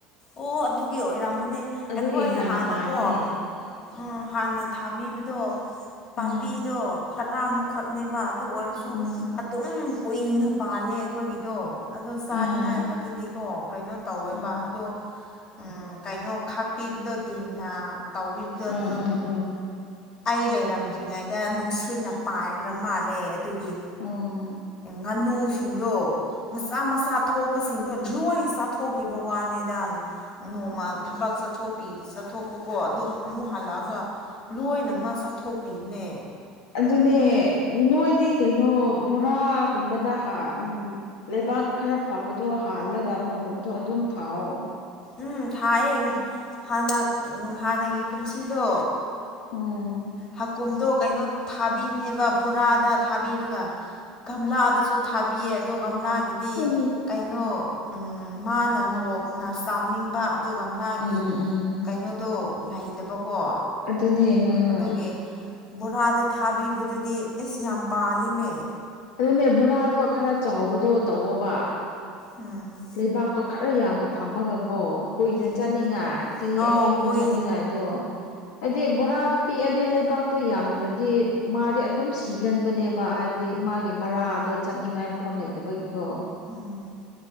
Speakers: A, on the left; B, on the left.
A: ꯑꯣ ꯑꯗꯨꯒꯤ ꯑꯣꯏꯔꯝꯒꯅꯤ
B: ꯑꯗꯨꯒꯤ
A: ꯑꯩꯈꯣꯏ
B: ꯉꯟꯅ
A: ꯍꯥꯟꯅꯀꯣ
B: ꯄꯥꯟꯕꯅꯦ
A: ꯎꯝ ꯍꯥꯟꯅ ꯊꯥꯕꯤꯕꯗꯣ ꯄꯥꯝꯕꯤꯗꯣ
B: ꯎꯝ
A: ꯇꯔꯥꯃꯨꯛ ꯈꯛꯅꯦꯕ ꯑꯗꯨ ꯑꯣꯏꯔꯁꯨ
B: ꯎꯝ
A: ꯑꯗꯨꯝ ꯀꯨꯏꯅ ꯄꯥꯜꯂꯦ ꯑꯩꯈꯣꯏꯒꯤꯗꯣ ꯑꯗꯣ ꯆꯥꯅꯤꯡꯉꯥꯏ
B: ꯑꯥ
A: ꯈꯛꯇꯗꯤꯀꯣ ꯀꯩꯅꯣ ꯇꯧꯋꯦꯕ
B: ꯑꯥ
A: ꯑꯗꯣ ꯎꯝ ꯀꯩꯅꯣ ꯈꯥꯛꯄꯤꯕꯗꯣ ꯗꯤꯟꯅ ꯇꯧꯕꯤꯕꯗꯣ ꯑꯗꯨ
B: ꯑꯥ ꯑꯥ ꯑꯥ ꯑꯥ
A: ꯑꯩ ꯂꯩꯔꯝꯗ꯭ꯔꯤꯉꯩꯗ ꯅꯨꯡꯁꯤꯠꯅ ꯄꯥꯏꯈ꯭ꯔ ꯃꯥꯜꯂꯦ ꯑꯗꯨꯒꯤ
B: ꯎꯝ
A: ꯉꯥꯅꯨꯁꯤꯡꯗꯣ ꯃꯆꯥ ꯃꯆꯥ ꯊꯣꯛꯄꯁꯤꯡꯗꯣ ꯂꯣꯏ ꯆꯥꯊꯣꯛꯈꯤꯕ ꯋꯥꯅꯤꯗ ꯅꯣꯡꯃ
B: ꯎꯝ
A: ꯊꯕꯛ ꯆꯠꯊꯣꯛꯄꯤ ꯆꯠꯊꯣꯛꯄꯀꯣ ꯑꯗꫭ ꯑꯃꯨꯛ ꯍꯜꯂꯛꯑꯒ ꯂꯣꯏꯅꯃꯛ ꯆꯠꯊꯣꯛꯄꯤꯕꯅꯦ
B: ꯑꯗꯨꯅꯦ ꯅꯣꯏꯗꯤ ꯀꯩꯅꯣ ꯕꯣꯔꯥꯒꯨꯝꯕꯗ ꯍꯥꯞ ꯎꯝ ꯂꯩꯕꯥꯛ ꯈꯔ ꯐꯕꯗꯣ ꯍꯥꯜꯂꯒ ꯃꯣꯔꯣꯛꯇꯣ ꯑꯗꯨꯝ ꯊꯥꯎꯑꯣ
A: ꯎꯝ ꯊꯥꯏꯌꯦ ꯍꯥꯟꯅ ꯍꯥꯟꯅꯒꯤ ꯀꯨꯝꯁꯤꯗꯣ
B: ꯎꯝ
A: ꯍꯥꯀꯨꯝꯗꯣ ꯀꯩꯅꯣ ꯊꯥꯕꯤꯕꯅꯦꯕ ꯕꯣꯔꯥꯗ ꯊꯥꯕꯤꯔꯒ ꯒꯝꯂꯥꯗꯁꯨ ꯊꯥꯕꯤꯌꯦ ꯑꯗꯣ ꯒꯝꯂꯥꯒꯤ ꯗꯤ
B: ꯎꯝ
A: ꯀꯩꯅꯣ ꯃꯥꯅ ꯃꯣꯔꯣꯛꯅ ꯆꯥꯎꯅꯤꯡꯕ ꯑꯗꯨꯒ ꯒꯝꯂꯥꯒꯤ
B: ꯎꯝ ꯎꯝ
A: ꯀꯩꯅꯣꯗꯣ ꯂꯩꯇꯕꯀꯣ
B: ꯑꯗꯨꯅꯦ ꯍꯣꯏ ꯍꯣꯏ
A: ꯑꯗꯨꯒꯤ ꯕꯣꯔꯥꯗ ꯊꯥꯕꯤꯕꯗꯨꯗꯤ ꯑꯦꯁ ꯌꯥꯝ ꯄꯥꯜꯂꯤꯃꯦ
B: ꯑꯗꯨꯅꯦ ꯕꯣꯔꯥꯗꯣ ꯈꯔ ꯆꯥꯎꯕꯗꯣ ꯇꯧꯑꫭꯕ
A: ꯎꯝ
B: ꯂꯩꯕꯥꯛꯇꯣ ꯈꯔ ꯌꯥꯝꯅ ꯊꯝꯃꯒ ꯀꯣ ꯀꯨꯏꯅ
A: ꯎꯝ
B: ꯆꯥꯅꯤꯡꯉꯥꯏ ꯆꯍꯤ
A: ꯑꯥꯎ
B: ꯑꯅꯤ ꯑꯍꯨꯝ
A: ꯀꯨꯏ
B: ꯆꯠꯅꯤꯡꯉꯥꯏ ꯑꯗꫭ ꯍꯥꯏꯗꯤ ꯕꯣꯔꯥꯗꯣ ꯄꯤꯛꯑꯗꯤ ꯂꯩꯕꯥꯛꯇꯣ ꯌꯥꯝꯗ꯭ꯔꯗꯤ ꯃꯥꯗꯤ ꯑꯗꯨꯝ ꯁꯤꯒꯟꯕꯅꯦꯕ ꯍꯥꯏꯕ ꯗꯤ ꯃꯥꯒꯤ ꯃꯔꯥꯗꯣ ꯆꯠꯅꯤꯡꯉꯥꯏ ꯃꯐꯝ ꯂꯩꯇꯕꯒꯤꯀꯣ
A: ꯎꯝ